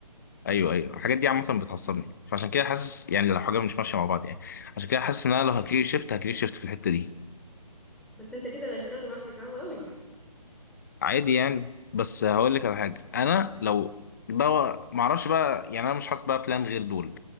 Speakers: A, on the left; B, in the centre.
A: ايوه ايوه الحاجات دي عامه بتعصبني فعشان كده حاسس يعني لو حاجه مش ماشيه مع بعض يعني عشان كده حاسس ان انا لو هكريت شيفت هكريت شيفت في الحته دي
B: بس انت كده اللي هيشتغلوا معاك هيتعبوا قوي
A: عادي يعني بس هقول لك على حاجه انا لو ده ما اعرفش بقى يعني انا مش حاطط بقى بلان غير دول